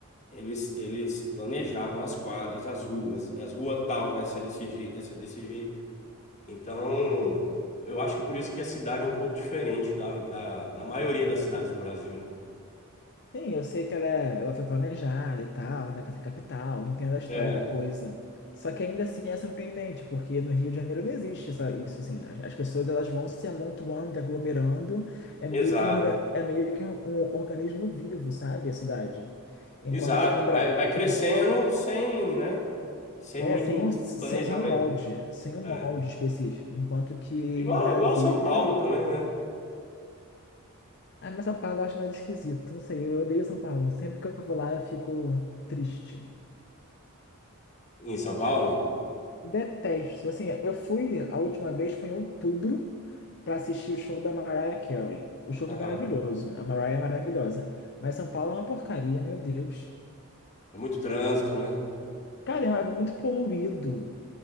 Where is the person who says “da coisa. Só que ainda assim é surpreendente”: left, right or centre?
Left